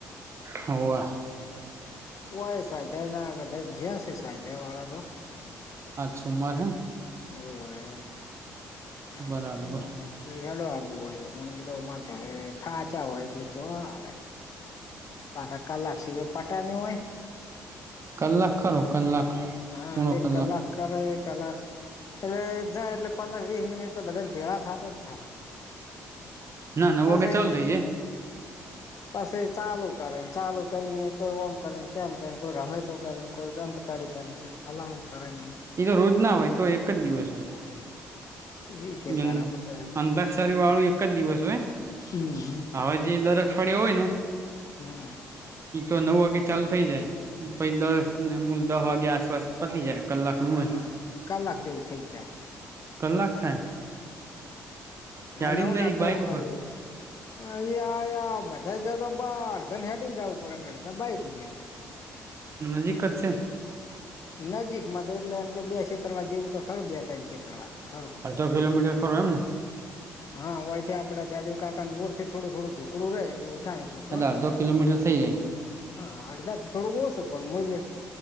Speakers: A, on the right; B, on the left.
A: હોવે
B: ઓય સ્વાધ્યાય ના બધા જ્યા શે સ્વાધ્યાય વાળા તો
A: આાજ સોમવાર હેને
B: હોવે <unintelligible>
A: બરાબર
B: હેડો આવુ હોય તો પણને કીધું અમારે તો હવે થાચા હોય એટલે જો આવે પાછા કલાક સિવાય પટ ની હોય
A: કલાક ખરો કલાક
B: હા
A: પોણો
B: એક
A: કલાક
B: કરે એ કલાક એટલે જાય એટલે પંદર વીહ મિનિટ તો બધાને ભેળા થાતા જ થાય
A: ના નવ
B: પસી
A: વાગે ચાલુ થઇ જાય
B: પછી ચાલુ કરે ને ચાલુ કરીને કોઈ ઓમ કરેને તેમ કરે કોઈ રમેતો કરેને કો <unintelligible> કરેને કોઈ ફલાણું કરે ને એમ
A: એ તો રોજ ના હોય તો એક જ દિવસ હોય
B: શીખે તારા
A: અં
B: મત
A: અંતાક્ષરી વાળું એક જ દિવસ હોય
B: હમ
A: હવે જે દર પડ્યો હોય ને
B: હમ્મ.
A: ઈ તો નવ વાગે ચાલુ થઈ જાય પછી દસને મૂલ દહ વાગ્યા આસપાસ પતી જાય કલાકનું
B: હા
A: હોય.
B: કલાક જેવું થઇ જ જાય તોય
A: કલાક થાય ગાડીને
B: નવ ના
A: જઈ
B: દહ
A: બાઈક
B: વાગી
A: ઉપર
B: જાય. અ યા યા બધાજ <unintelligible> અડધાને હેડીંને જાવું પડે, અડધા બાઈક ઉપર જાય
A: નજીક ક જ છે.
B: નજીકમાં તો એટલે એમ કે, બે ક્ષેત્ર વા જેવું તો ખરું, બે ત્રણ ક્ષેત્ર વા તો ખરું.
A: અડધો કિલોમીટર ખરું એમને?
B: હા, વાયથી આપડા જાદવ કાકાના બોર થી થોડું થોડું ઢુકળું રે. એટલું થાય, એટલું કો
A: એટલે અડધો કિલોમીટર થઈ જાય
B: હા અડધા થી થોડુંક ઓશું, પણ મૂલ